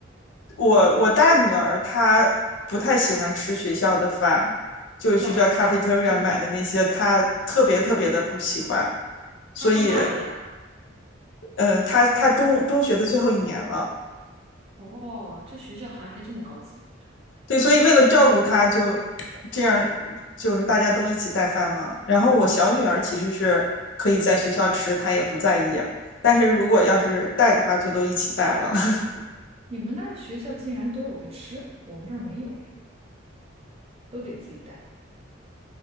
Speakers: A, on the left; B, on the right.
A: 我我大女儿她不太喜欢吃学校的饭，就是学校
B: 学校还有饭，
A: cafeteria
B: 这么好。
A: 买的那些，她特别特别的不喜欢，所以，
B: 他上大学啦？
A: 呃，她她中中学的最后一年了，
B: 哦，这学校还还这么高级。
A: 对，所以为了照顾她就这样，就是大家都一起带饭嘛。然后我小女儿其实是可以在学校吃，
B: 哦，
A: 她也不在意，但是如果要是带的话，就都一起带了。<laughs>
B: 你们那儿学校竟然都有的吃，我们这儿没有哎，都得自己带。